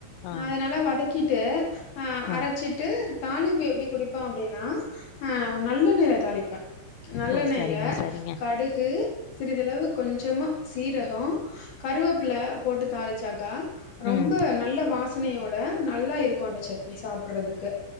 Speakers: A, on the left; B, on the left.
A: ஆ
B: அதனால வதக்கிட்டு அ
A: ஆ
B: அரச்சிட்டு தாளிப்பு எப்பிடி குடிப்பா அப்டின்னா ஆ நல்லெண்ணெயில தாளிப்பே நல்லெண்ணெய்ல
A: ஓ சரிங்க சரிங்க
B: கடுகு சிறிதளவு கொஞ்சமா சீரகோ கருவேப்பிள்ள போட்டு தாளிச்சாக்கா ரொம்ப
A: ம்
B: நல்ல வாசனையோட நல்லா இருக்கு அந்த சட்னி சாப்பிறதுக்கு